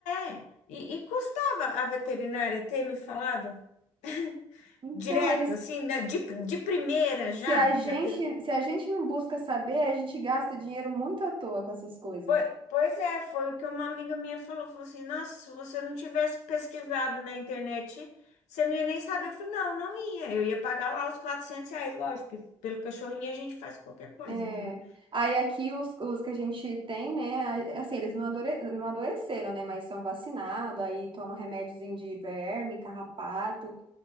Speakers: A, on the left (about 70°); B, on the right (about 40°).
A: é. E, e custava a veterinária ter me falado <laughs>
B: Então
A: direto,
B: eles,
A: assim, na- de, de primeira
B: se
A: já,
B: a gente,
A: já teve
B: se a gente não busca saber, a gente gasta dinheiro muito à toa com essas coisas.
A: Pois pois é, foi o que uma amiga minha falou. Falou assim: Nossa, se você não tivesse pesquisado na internet, você não ia nem saber. Eu falei: Não, não ia. Eu ia pagar lá os 400 reais, lógico, porque pelo cachorrinho a gente faz qualquer coisa,
B: É.
A: entendeu?
B: Aí aqui os, os que a gente tem, né? a- Assim, eles não, adore, não adoeceram, né? Mas são vacinados, aí toma remédiozinho de verme, carrapato.